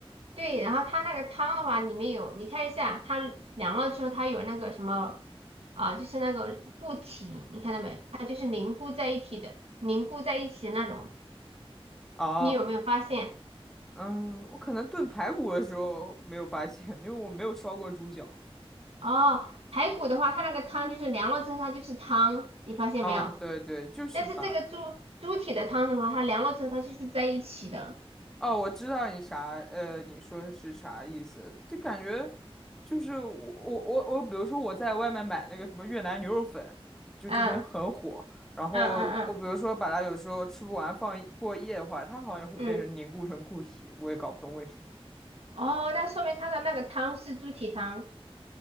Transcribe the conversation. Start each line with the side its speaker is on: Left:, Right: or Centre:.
Right: 对，然后它那个汤的话，里面有，你看一下，它凉了之后，它有那个什么啊，就是那个固体，你看到没？它就是凝固在一起的，凝固在一起的那种。
Centre: 哦，
Right: 你有没有发现？
Centre: 嗯，我可能炖排骨的时候没有发现，因为我没有烧过猪脚。
Right: 哦，排骨的话，它那个汤就是凉了之后，它就是汤，你发现没有？
Centre: 嗯，对对，就是吧。
Right: 但是这个猪猪蹄的汤的话，它凉了之后，它就是在一起的。
Centre: 哦，我知道你啥，呃，你说的是啥意思？就感觉就是我我我我，比如说我在外面买那个什么越南牛肉粉，就这边很火。
Right: 嗯
Centre: 然后我比如说把它有时候吃不完放一过夜的话，
Right: 嗯嗯
Centre: 它好像也会变成凝固成固体，
Right: 嗯嗯，
Centre: 我也搞不懂为什么。
Right: 哦，那说明它的那个汤是猪蹄汤。